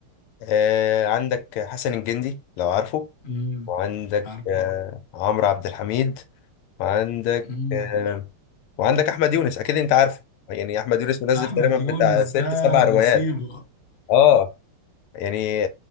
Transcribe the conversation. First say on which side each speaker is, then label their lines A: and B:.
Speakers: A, on the left; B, on the left.
A: آه عندك حسن الجندي لو عارفه
B: امم
A: وعندك
B: عارفه
A: آه، عمرو عبد الحميد وعندك
B: امم
A: آه، وعندك احمد يونس اكيد انت عارفه يعني احمد يونس منزل
B: احمد
A: تقريبا بتاع
B: يونس
A: ست
B: ده
A: سبع روايات
B: مصيبة
A: اه يعني